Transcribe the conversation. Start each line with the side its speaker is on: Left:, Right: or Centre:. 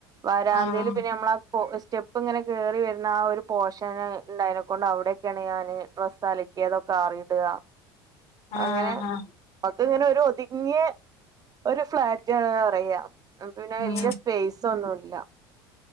Right: വരാന്തേല്
Left: ആഹ്
Right: പിന്നെ നമ്മളാ <unintelligible> സ്റ്റെപ്പ് ഇങ്ങനെ കേറി വരുന്ന ആ ഒരു പോഷന് ഉണ്ടായേനെകൊണ്ട് അവിടെക്കെയാണ് ഞാന് ഡ്രസ്സ്‌ അലിക്കയതൊക്കെ ആറിയിട
Left: <inaudible> ആഹ്
Right: അങ്ങനെ
Left: ആഹ്
Right: അതൊക്കെ ഇങ്ങനെ ഒരു ഒതുങ്ങിയ ഒരു ഫ്ലാറ്റ് ആണ് അറിയ അത് പിന്നെ
Left: ഉം
Right: വല്യ സ്പേസൊന്നുല്ല